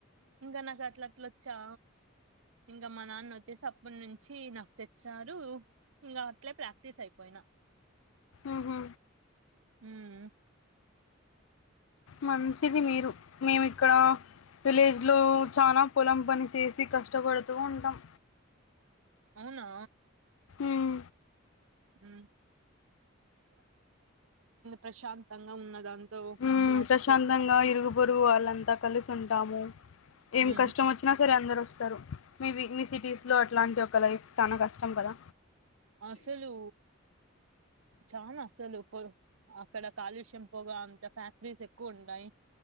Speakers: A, on the right; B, on the left.
A: ఇంకా నాకు అట్లా అట్లట్లోచ్చా ఇంకా మా నాన్న వచ్చేసి అప్పునుంచి నాకు తెచ్చారు. ఇంకా అట్లే ప్రాక్టీస్ అయిపోయిన
B: ఉహ
A: ఉమ్
B: మంచిది మీరు మేము ఇక్కడ విలేజ్ లో చానా పొలం పని చేసి కష్టపడుతూ ఉంటాం.
A: అవునా
B: ఉమ్
A: హు ప్రశాంతంగా ఉన్న దాంతో
B: హూ
A: తినచ్చు
B: ప్రశాంతంగా ఇరుగు పొరుగు వాళ్ళంతా కలిసి ఉంటాము ఏం
A: ఉమ్
B: కష్టం వచ్చినా సరే అందరూ వస్తారు మీవి మీ సిటీస్‌లో అట్లాంటి ఒక లైఫ్ చానా కష్టం కదా
A: అసలు చానా అసలు పో అక్కడ కాలుష్యం, పొగ అంతా ఫ్యాక్టరీస్ ఎక్కువ ఉంటాయి